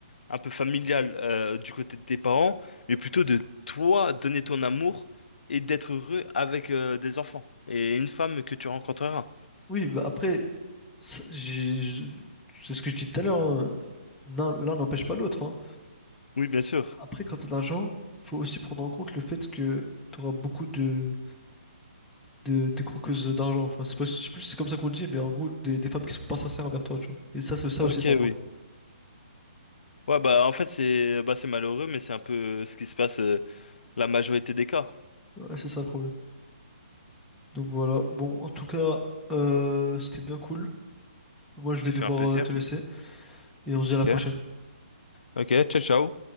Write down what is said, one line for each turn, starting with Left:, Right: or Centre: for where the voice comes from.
Left: un peu familial euh, du côté de tes parents, mais plutôt de toi donner ton amour et d'être heureux avec euh, des enfants et une femme que tu rencontreras.
Centre: Oui, bah après, ça- j'ai- je- c'est ce que je dis tout à l'heure, hein, L'un l'un n'empêche pas l'autre. hein.
Left: Oui, bien sûr.
Centre: Après, quand t'as de l'argent, faut aussi prendre en compte le fait que t'auras beaucoup de, de, de croqueuses d'argent. Enfin, c'est pas- je sais plus si c'est comme ça qu'on le dit, mais en gros, des, des femmes qui sont pas sincères envers toi, tu vois. Et ça, c'est ça
Left: Ok,
Centre: aussi, c'est un problème.
Left: oui. Ouais, bah en fait, c'est bah, c'est malheureux, mais c'est un peu ce qui se passe euh, la majorité des cas.
Centre: Ouais, c'est ça le problème. Donc voilà. Bon, en tout cas, euh, c'était bien cool. Moi, je
Left: C'est
Centre: vais devoir
Left: fait un plaisir.
Centre: euh, te laisser et on se dit à la
Left: Ok,
Centre: prochaine.
Left: ok, ciao, ciao.